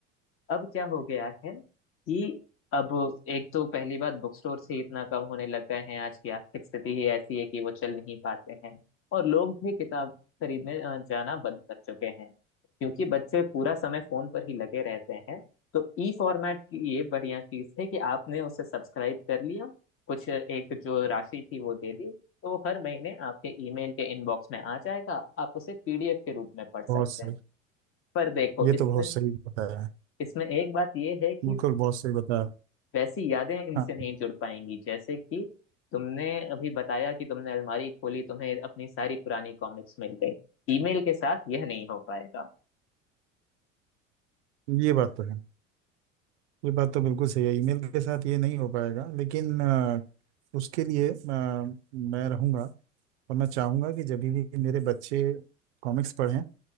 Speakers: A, on the left (about 35°); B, on the right (about 60°).
A: अब क्या हो गया है कि अब एक तो पहली बात बुक स्टोर से इतना कम होने लग गए हैं आज की आर्थिक स्थिति ही ऐसी है कि वो चल नहीं पाते हैं और लोग भी किताब खरीदने अ, जाना बंद कर चुके हैं क्योंकि बच्चे पूरा समय फोन पर ही लगे रहते हैं तो ई फॉर्मेट की ये बढ़िया चीज है कि आपने उसे सब्सक्राइब कर लिया कुछ एक जो राशि थी वो दे दी तो वो हर महीने आपके ईमेल के इनबॉक्स में आ जाएगा आप उसे पीडीएफ के रूप में पढ़ सकते
B: बहुत सही
A: हैं पर देखो
B: ये
A: इसमें
B: तो बहुत सही बताया है
A: इसमें एक बात ये है कि
B: बिल्कुल बहुत सही बताया
A: वैसी यादें इनसे
B: हाँ
A: नहीं जुड़ पाएंगी जैसे कि तुमने अभी बताया कि तुमने अलमारी खोली तुम्हें अपनी सारी पुरानी कॉमिक्स मिल गई ईमेल के साथ यह नहीं हो पाएगा
B: ये बात तो है ये बात तो बिल्कुल सही है ईमेल के साथ ये नहीं हो पाएगा लेकिन अ, उसके लिए अ, मैं रहूंगा और मैं चाहूंगा कि जब भी मेरे बच्चे कॉमिक्स पढ़ें